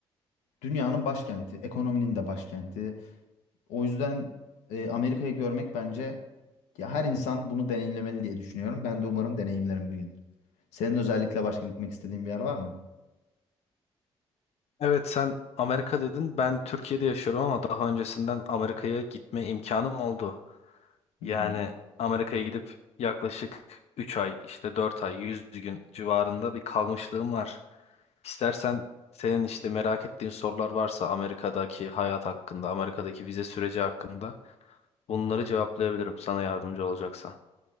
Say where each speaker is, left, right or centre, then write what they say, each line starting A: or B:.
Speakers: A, on the left; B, on the left.
A: dünyanın başkenti, ekonominin de başkenti. O yüzden e, Amerika'yı görmek bence ya her insan bunu deneyimlemeli diye düşünüyorum. Ben de umarım deneyimlerim bir gün. Senin özellikle başka gitmek istediğin bir yer var mı?
B: Evet sen Amerika dedin. Ben Türkiye'de yaşıyorum ama daha öncesinden Amerika'ya gitme imkanım oldu. Yani
A: Hı hı.
B: Amerika'ya gidip yaklaşık 3 ay işte 4 ay 100 gün civarında bir kalmışlığım var. İstersen senin işte merak ettiğin sorular varsa Amerika'daki hayat hakkında, Amerika'daki vize süreci hakkında bunları cevaplayabilirim sana yardımcı olacaksa.